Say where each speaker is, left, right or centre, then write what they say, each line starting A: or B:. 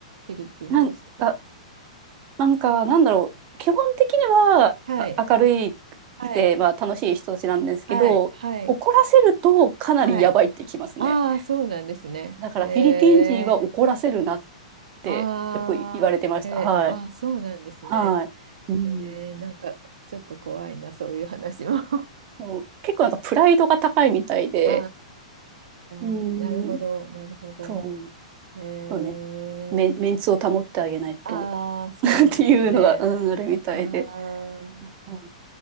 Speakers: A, on the right; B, on the right.
A: フィリピンの人は。
B: う。なんか、なんか、なんだろう。基本的には
A: はい。
B: 明るい
A: はい。
B: くて、まあ楽しい人たちなんですけど、
A: はい。はい。
B: 怒らせるとかなりやばいってきますね。
A: はい。ああ、そうなんですね。
B: だからフィリピン人は怒らせるなっ
A: え
B: てよく言われてました。
A: ああ、へ、
B: はい。
A: あ、そうなんですね。
B: はい。うん。
A: えー、なんかちょっと怖いな、そういう話も。
B: そう結構なんかプライドが高いみたいで、
A: <laughs> あ
B: う
A: あ、なるほど、
B: ん、
A: なるほど。
B: そう、
A: えー、
B: そうね、メン、メンツを保ってあげないと
A: ああ、そうなんですね。
B: <laughs> っていうのが、うん、あるみたいで。
A: ああ。
B: はい